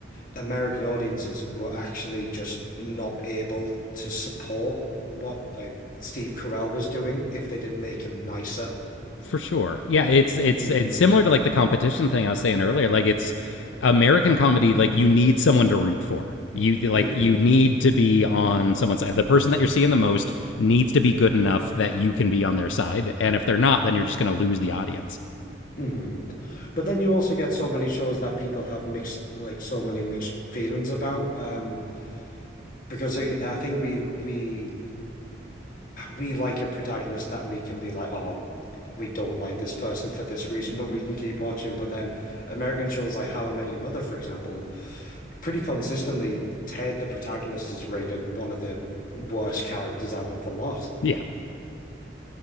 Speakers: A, on the left; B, on the left.
A: American audiences were actually just not able to support what like Steve Carell was doing if they didn't make him nicer.
B: For sure. Yeah, it's it's
A: hmm
B: it's similar to like the competition thing I was saying earlier. Like it's American comedy, like you need someone to root for. You like
A: hmm
B: you need to be on someone's side. The person that you're seeing the most needs to be good enough that you can be on their side. And if they're not, then you're just gonna lose the audience.
A: hmm But then you also get so many shows that people have mixed like so many mixed feelings about. Um Because I, I think we we we like a protagonist that we can be like, oh, we don't like this person for this reason, but we can keep watching. But then American shows like How I Met Your Mother, for example, pretty consistently, Ted, the protagonist, is rated one of the worst characters out of the lot.
B: Yeah,